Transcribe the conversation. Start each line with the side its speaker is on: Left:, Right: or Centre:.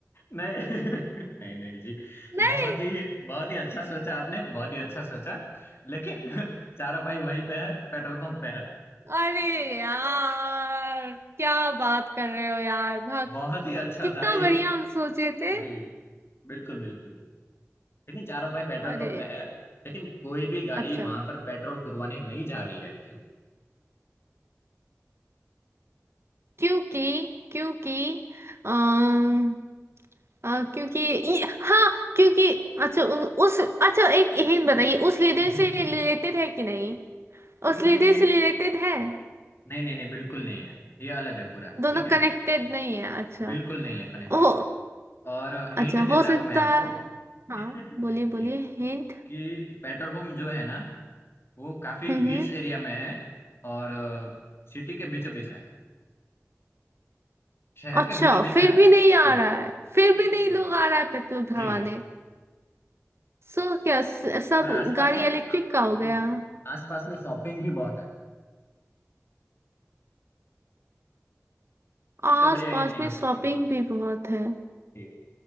Left: नहीं <laughs> नहीं नहीं जी
Right: नहीं
Left: बहुत ही बहुत ही अच्छा सोचा आपने बहुत ही अच्छा सोचा लेकिन <laughs> चारा भाई वहीं पे है पेट्रोल पंप पे है
Right: अरे यार क्या बात कर रहे हो यार भाग
Left: बहुत ही अच्छा
Right: कितना
Left: था ये
Right: बढ़िया हम सोचे थे
Left: जी बिल्कुल बिल्कुल लेकिन चारों भाई पेट्रोल
Right: अरे
Left: पंप पे है लेकिन कोई भी गाड़ी
Right: अच्छा
Left: वहां पर पेट्रोल पुरवाने नहीं जा रही है क्यों
Right: क्योंकि क्योंकि अम, अ, क्योंकि ये- हाँ क्योंकि अच्छा उ, उस अच्छा एक हिंट बताइए उस लीडर
Left: <laughs>
Right: से रिलेटेड है कि नहीं
Left: पहले
Right: उस लीडर
Left: ये
Right: से रिलेटेड है
Left: नहीं नहीं नहीं बिल्कुल नहीं है ये अलग है पूरा
Right: दोनों
Left: ठीक है
Right: कनेक्टेड नहीं है अच्छा
Left: बिल्कुल नहीं है कनेक्टेड
Right: ओ
Left: और हिंट
Right: अच्छा
Left: देता
Right: हो सकता
Left: हूँ मैं आपको
Right: है हाँ
Left: <laughs>
Right: बोलिए
Left: जी
Right: बोलिए हिंट
Left: कि पेट्रोल पंप जो है ना वो काफी
Right: हम्म
Left: गिच
Right: हम्म।
Left: एरिया में है और सिटी के बीचों बीच है शहर
Right: अच्छा
Left: के बीचों बीच
Right: फिर
Left: है
Right: भी नहीं आ
Left: जी
Right: रहा है
Left: फिर
Right: फिर भी
Left: भी
Right: नहीं
Left: नहीं
Right: लोग
Left: आ रहा
Right: आ रहा है पेट्रोल भरवाने
Left: जी
Right: सो क्या स- सब
Left: और आसपास
Right: गाड़ी
Left: में
Right: इलेक्ट्रिक
Left: आ-
Right: का हो गया
Left: जी आसपास में शॉपिंग भी बहुत है
Right: आस
Left: इससे बढ़िया हिंट
Right: पास
Left: नहीं
Right: में
Left: हो सकती
Right: शॉपिंग भी बहुत है
Left: जी